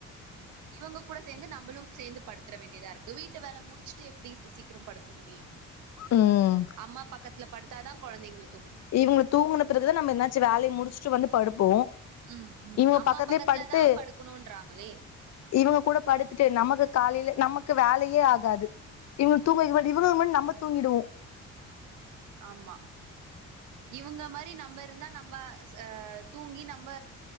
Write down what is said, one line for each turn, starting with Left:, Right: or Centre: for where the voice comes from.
Right: இவுங்க கூட சேந்து நம்புளு சேந்து படுக் த்துர வேண்டியதா இருக்கு வீட்டு வேல முடிச்சிட்டு எப்டி சி சீக்கிர படுக்க முடியு
Left: ம்
Right: அம்மா பக்கத்ல படுத்தாதா கொழந்தைங்களுக் தூ
Left: இவுங்க தூங்கன பிறகு தா நம்ப என்னாச்சு வேலய முடிச்சிட்டு வந்து படுப்போ
Right: ம் ம்
Left: இவுங்க
Right: அம்மா
Left: பக்கத்லயே
Right: பக்கத்துல
Left: படுத்து
Right: தா படுக்கணுன்றாங்களே
Left: இவுங்க கூட படுத்துட்டு நமக்கு காலைல நமக்கு வேலயே ஆகாது இவ தூங்க இவ இவுங்க முன்னாடி நம்ப தூங்கிடுவோ
Right: ஆமா இவுங்க மாரி நம்ப இருந்தா நம்ப ச தூங்கி நம்ப